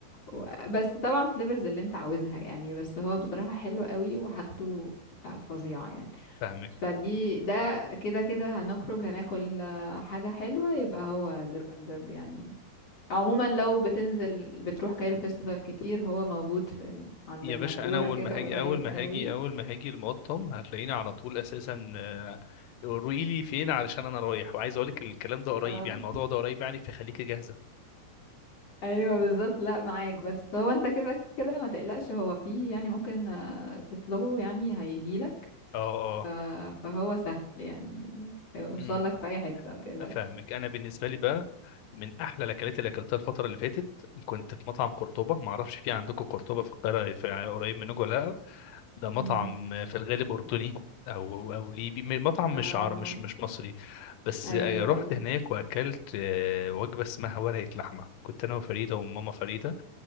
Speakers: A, on the left; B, on the left.
A: و... بس طبعا فليفرز اللي انت عاوزها يعني بس هو بصراحه حلو قوي وحاجته فظيعه يعني
B: فاهمك
A: فدي ده كده كده هنخرج هناكل حاجه حلوه يبقى هو ديرلاندب يعني عموما لو بتنزل بتروح كايرو فيستيفال كتير هو موجود في عند
B: يا
A: النافورة
B: باشا انا اول
A: كده
B: ما
A: قريب
B: هاجي اول ما
A: قوي
B: هاجي اول ما هاجي المقطم هتلاقيني على طول اساسا آه، قولي لي فين علشان انا رايح وعايز اقول لك الكلام ده قريب
A: اه
B: يعني الموضوع ده قريب يعني فخليكي جاهزه
A: ايوه بالظبط لا معاك بس هو انت كده كده ما تقلقش هو فيه يعني ممكن آه، تطلبه يعني هيجيلك
B: اه
A: ف... فهو سهل يعني يوصل
B: اه
A: لك في اي حتة ما تقلقش
B: فاهمك انا بالنسبه لي بقى من احلى الاكلات اللي اكلتها الفتره اللي فاتت كنت في مطعم قرطبه ما اعرفش في عندكم قرطبه في القاهره في قريب منكم ولا لا ده مطعم
A: مم.
B: في الغالب اردني او او ليبي م- مطعم
A: اه
B: مش عرب مش مش مصري بس
A: ايوه
B: آه، رحت
A: ايوه
B: هناك واكلت آه، وجبه اسمها ورقه لحمه كنت انا وفريده وماما فريده